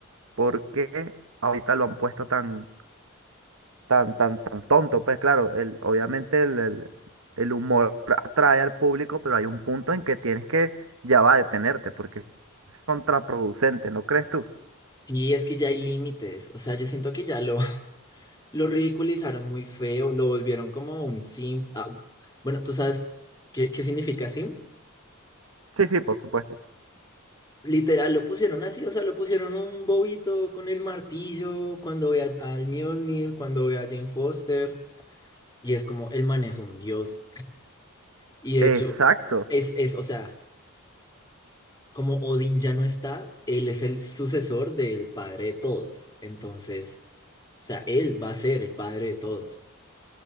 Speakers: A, on the right; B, on the left.
A: por qué ahorita lo han puesto tan, tan, tan, tan tonto. Pues claro, el, obviamente el, el- el humor atrae al público, pero hay un punto en que tienes que ya va a detenerte, porque es contraproducente, ¿no crees tú?
B: Sí, es que ya hay límites. O sea, yo siento que ya lo, <laughs> lo ridiculizaron muy feo, lo volvieron como un simp. Ah, bueno, ¿tú sabes qué, qué significa simp?
A: Sí, sí, por supuesto.
B: Literal, lo pusieron así, o sea, lo pusieron un bobito con el martillo, cuando ve a- al Mjolnir, cuando ve a Jane Foster, y es como, el man es un dios. Y de
A: Exacto.
B: hecho, es, es, o sea, como Odín ya no está, él es el sucesor del padre de todos. Entonces, o sea, él va a ser el padre de todos.